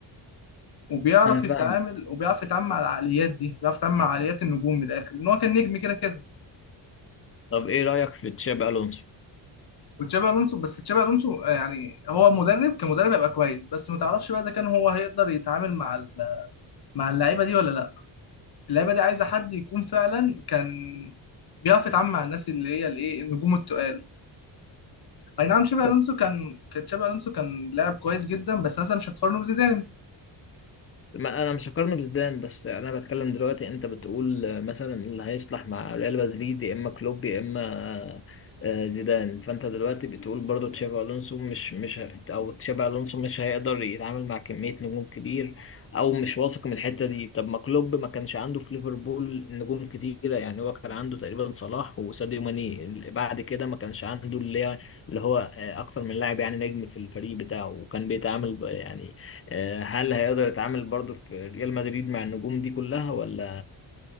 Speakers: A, on the left; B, on the left.
A: وبيعرف
B: انا
A: يتعامل
B: فاهمك
A: وبيعرف يتعامل مع العقليات دي بيعرف يتعامل مع عقليات النجوم من الاخر ان هو كان نجم كده كده
B: طب ايه رأيك في تشابي الونسو
A: وتشابي الونسو بس تشابي الونسو آه، يعني هو مدرب كمدرب هيبقى كويس بس ما تعرفش بقى اذا كان هو هيقدر يتعامل مع ال- مع اللعيبه دي ولا لا اللعيبه دي عايزه حد يكون فعلا كان بيعرف يتعامل مع الناس اللي هي الايه النجوم التقال اي نعم تشابي
B: بس
A: الونسو كان كان تشابي الونسو كان لاعب كويس جدا بس مثلا مش هتقارنه بزيدان
B: ما انا مش هقارنه بزيدان بس انا بتكلم دلوقتي انت بتقول آه، مثلا اللي هيصلح مع ريال مدريد يا اما كلوب يا اما آه، آه، زيدان فانت دلوقتي بتقول برضو تشافي الونسو مش مش ه- او تشافي الونسو مش هيقدر يتعامل مع كمية نجوم كبير او مش واثق من الحتة دي طب ما كلوب ما كانش عنده في ليفربول نجوم كتيرة يعني هو كان عنده تقريبا صلاح وساديو ماني اللي بعد كده ما كانش عنده اللي هي- اللي هو آه، اكتر من لاعب يعني نجم في الفريق بتاعه وكان بيتعامل ب- يعني آه، هل هيقدر يتعامل برضو في ريال مدريد مع النجوم دي كلها ولا